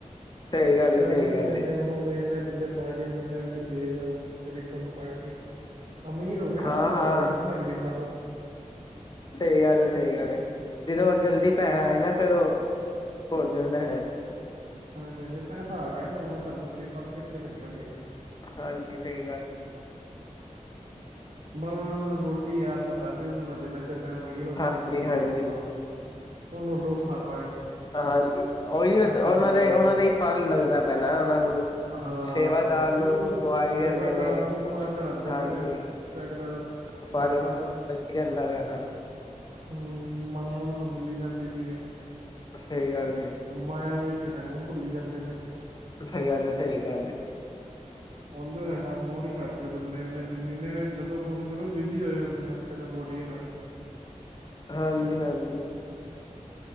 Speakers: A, on the left (about 35°); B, on the right (about 60°).
A: ਸਹੀ ਗੱਲ
B: ਸ਼ਰਮ
A: ਸਹੀ
B: ਵੀ ਨਹੀਂ
A: ਗੱਲ
B: ਆਉਂਦੀ
A: ਹੈ
B: ਉਹਨਾਂ ਨੂੰ ਇੰਨੇ ਬੰਦੇ ਪਾਰਟੀ ਮੰਗਦੇ ਹੋਏ ਵੀ ਦੇਸ਼ ਦਾ ਗ਼ਰੀਬਾਂ ਨੂੰ ਪਾਰਟੀ। ਅਮੀਰ ਹੋ ਕੇ ਨਾ
A: ਹਾਂ
B: ਬੰਦਾ
A: ਹਾਂ
B: ਭੁੱਲ ਜਾਂਦਾ ਗ਼ਰੀਬਾਂ ਨੂੰ
A: ਸਹੀ ਗੱਲ ਸਹੀ ਗੱਲ ਜਿਦੋਂ ਵਰ ਜਲਦੀ ਪੈਸਾ ਆਏ ਨਾ ਫੇਿਰ ਉਹ ਭੋਲ ਜਾਂਦਾ ਹੈ।
B: ਹਾਂਜੀ ਹਾਂਜੀ ਉਹ ਪੈਸਾ ਆ ਗਿਆ ਨਾੁਣ ਸਾਨੂੰ ਗਰੀਬਾਂ ਨੂੰ ਕਿੱਥੇ ਵੇਖਣਗੇ।
A: ਹਾਂਜੀ ਸਹੀ ਗੱਲ ਹੈ।
B: ਬਸ ਉਹਨਾ ਨੂੰ ਲੰਗੋਟੀ ਯਾਰ ਪਤਾ ਵੀ ਉਹਨੂੰ ਮੈਂ ਦੇ ਨਾਲ ਚਾਹੇ ਮੈਂ ਅਮੀਰ ਹੋਵਾਂ
A: ਹਾਂਜੀ
B: ਚਾਹੇ ਮੈਂ ਗ਼ਰੀਬ
A: ਹਾਂਜੀ
B: ਹੋਵਾਂ। ਉਹਨੁੰ ਡੋਸਾ ਆਪ
A: ਹਾਂਜੀ ਉਹੀ ਉਹਨਾਂ
B: ਦੀ ਪਾਰਟੀ
A: ਦਾ ਉਹਨਾਂ ਦਾ ਹੀ ਫਲ ਲੱਗਦਾ ਪੈਣਾ ਉਹਨਾਂ ਨੂੰ
B: ਹਾਂ
A: ਸੇਵਾਦਾਰ
B: ਉਹੀਓ
A: ਨੂੰ ਖੁਵਾਈ
B: ਸੇਵਾਦਾਰ
A: ਦੇਦੇ ਨੇ
B: ਨੂੰ ਫਲ ਚੜਾਉਂਦੇ
A: ਹਾਂਜੀ।
B: ਪਏ ਨੇ ਤੇ ਅਗਲੇ ਦਾ
A: ਫਲ
B: ਲੱਗਦਾ ਪਿਆ
A: ਲੱਗੀ ਰੈਂਦਾ ਵਾ ਹਾਂ।
B: ਹੂੰ ਮਾਇਆ ਇਹਨਾਂ ਨੂੰ ਮਿਲੀ ਜਾਂਦੀ ਪਈ ਐ।
A: ਸਹੀ ਗੱਲ ਏ
B: ਉਹ ਮਾਇਆ ਵੇਖ ਕੇ ਸਾਨੂੰ ਭੁੱਲੀ ਜਾਂਦੀ। ਨੇ
A: ਸਹੀ ਗੱਲ ਹੈ, ਸਹੀ ਗੱਲ ਹੈ।
B: ਹੁਣ ਤੇ ਸਾਡਾ ਫੋਨ ਹੀ ਘਟ ਚੁੱਕਦੇ ਨੇ ਇੰਨੇ ਬਿਜੀ ਨੇ ਜਦੋਂ ਫੋਨ ਕਰੋ ਬਿਜੀ ਹੋਏ ਹੁੰਦੇ ਨੇ ਉਥੇ ਲੰਗੋਟੀਏ ਨਾਲ
A: ਹਾਂਜੀ, ਹਾਂਜੀ।